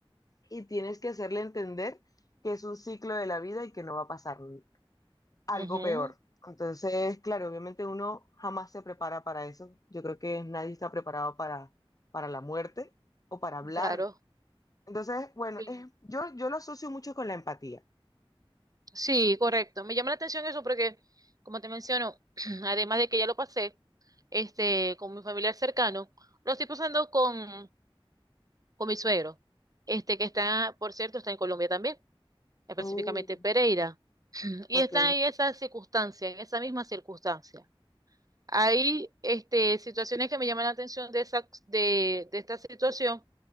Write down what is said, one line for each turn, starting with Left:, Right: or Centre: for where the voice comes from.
Left: y tienes que hacerle entender que es un ciclo de la vida y que no va a pasar algo
Right: Ujú.
Left: peor. Entonces, claro, obviamente uno jamás se prepara para eso. Yo creo que nadie está preparado para, para la muerte o para hablar.
Right: Claro.
Left: Entonces, bueno,
Right: Sí.
Left: es- yo, yo lo asocio mucho con la empatía.
Right: Sí, correcto. Me llama la atención eso porque, como te menciono, <clears throat> además de que ya lo pasé, este, con mi familiar cercano, lo estoy pasando con, con mi suegro, este, que está, por cierto, está en Colombia también, específicamente
Left: Oh,
Right: Pereira, <clears throat> y
Left: ok.
Right: está en esa circunstancia, en esa misma circunstancia. Hay, este, situaciones que me llaman la atención de esa, de, de esta situación,